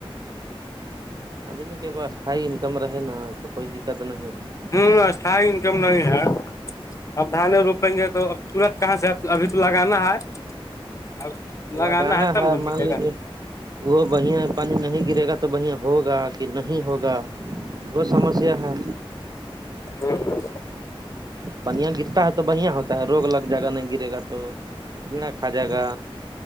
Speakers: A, on the right; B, on the left.
A: آدمی کے کو اسھائی انکم رہے نا تو کوئی دقت نہیں ہے
B: ہوں اسھائی انکم نہیں ہے اب دھانے روپیں گے تو اب تورت کہاں سے ابھی تو لگانا ہے ا
A: ہے
B: لگانا ہے تب ن
A: مان
B: ملے
A: لیجیے
B: گا
A: وہ بھیا پانی نہیں گرے گا تو بھیا ہوگا کہ نہیں ہوگا بہت سمسیا ہے
B: ہ ہ
A: پنیاں گرتا ہے تو بڑھیا ہوتا ہے روگ لگ جائے گا نہیں گرے گا تو کیڑا کھا جائے گا